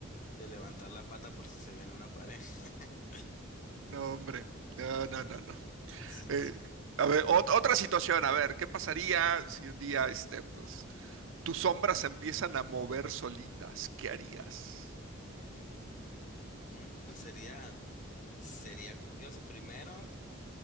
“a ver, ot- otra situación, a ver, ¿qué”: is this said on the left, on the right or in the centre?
Right